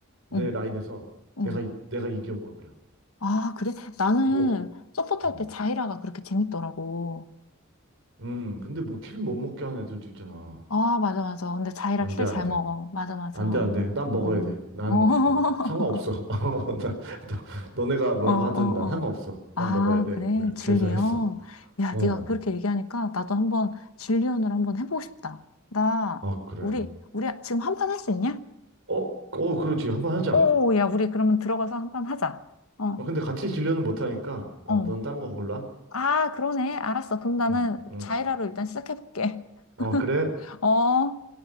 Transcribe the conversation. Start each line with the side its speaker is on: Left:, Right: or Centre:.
Right: 내
Left: 응,
Right: 라인에서
Left: 응.
Right: 내가, 이- 내가 이겨버려.
Left: 아, 그래? 나는
Right: 뭐,
Left: 서포트
Right: 어.
Left: 할 때 자이라가 그렇게 재밌더라고.
Right: 음, 근데 뭐, 킬 못 먹게 하는 애들도 있잖아.
Left: 아, 맞아, 맞아. 근데 자이라
Right: 안
Left: 킬
Right: 돼, 안
Left: 잘
Right: 돼.
Left: 먹어. 맞아, 맞아.
Right: 안 돼, 안 돼. 난 먹어야
Left: 어,
Right: 돼. 난
Left: 어, <laughs>
Right: 뭐, 상관없어. <laughs> 어, 나, 너, 네가 뭐라고
Left: 어, 어,
Right: 하든 난 상관없어.
Left: 어. 아,
Right: 난 먹어야 돼.
Left: 그래.
Right: 뭐 이렇게
Left: 질리언.
Right: 해서 했어.
Left: 야,
Right: 어.
Left: 네가 그렇게 얘기하니까 나도 한번 질리언을 한번 해보고 싶다. 나,
Right: 아, 그래.
Left: 우리, 우리 지금 한판 할 수 있냐?
Right: 어, 어, 그렇지. 한번 하자.
Left: 오, 야, 우리 그러면 들어가서 한판 하자. 어,
Right: 어, 근데 같이 진료는 못 하니까. 어,
Left: 어.
Right: 넌 딴 거 골라.
Left: 아, 그러네. 알았어. 그럼 나는
Right: 응, 응.
Left: 자이라로 일단 시작해볼게.
Right: 어, 그래.
Left: <laughs> 어.